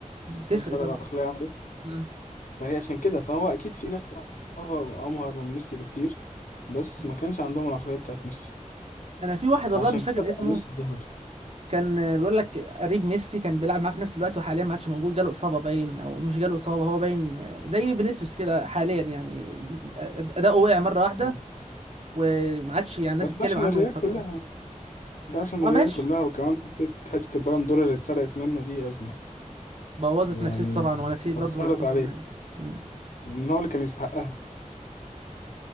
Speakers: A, on the right; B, on the left.
A: بتفرق
B: شفت فرق
A: طبعا
B: العقليه عمل إيه؟
A: مم.
B: فهي عشان كده فهو اكيد في ناس أمهر أمهر من ميسي بكتير بس
A: مم.
B: ما كانش عندهم العقلية بتاعت ميسي
A: انا في واحد
B: فعشان
A: والله مش فاكر
B: كده بقى
A: اسمه
B: ميسي ظهر
A: كان آه، بيقول لك قريب ميسي كان بيلعب معاه في نفس الوقت وحاليا ما عادش موجود جاله اصابه باين او مش جاله اصابه هو باين آه، زي فينيسيوس كده حاليا يعني ال- اداؤه وقع مره واحده
B: مم.
A: وما عادش يعني الناس
B: بس
A: بتتكلم
B: ده عشان
A: عنه
B: الريال
A: فتره
B: كلها ده عشان
A: اه
B: الريال
A: ماشي
B: كلها وكمان حتة حتة البالون دور اللي اتسرقت منه دي أزمة
A: بوظت
B: يعني
A: نفسيته طبعا ونفسيه برضه
B: أثرت
A: يعتبر
B: عليه
A: الناس مم.
B: إن هو اللي كان يستحقها